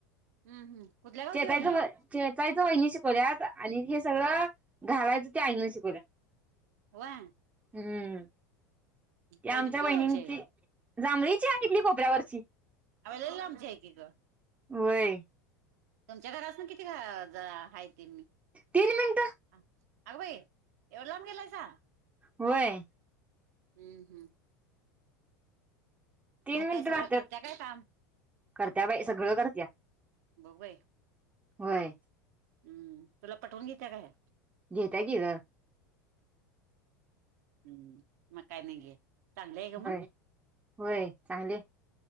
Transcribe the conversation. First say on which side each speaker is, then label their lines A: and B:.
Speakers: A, on the right; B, on the right.
A: हं हं कुठल्या गावची
B: चेचायचं
A: वहिनी आहे?
B: खेचायचं वहिणी शिकवल्यात आणि हे सगळं घालायचं ते आईन शिकवल.
A: वा.
B: हम्म ते
A: वहिनी
B: आमच्या
A: कुठल्या
B: वहिणीची
A: गावची आहे ग?
B: जांभळीची हाय इथली खोपऱ्यावरची
A: ले आमची हाय की गं
B: वय
A: तुमच्या घरात पसन किती गं जरा हाय ते मी
B: तीन मिनिटं
A: अगं बाई. एवढं लाम गेलायसा
B: व्हय.
A: हम्म हम्म.
B: तीन
A: हाय
B: मिनिट
A: काय सगळं
B: राहत्यात
A: करत्या काय काम?
B: करत्या बाई सगळं करत्या
A: बघ बाई
B: व्हय.
A: हम्म तुला पठवून घेत्या काय?
B: घेत्या की गं
A: हम्म म काय नाई घे चांगलीय गं
B: होय
A: म
B: होय चांगलीय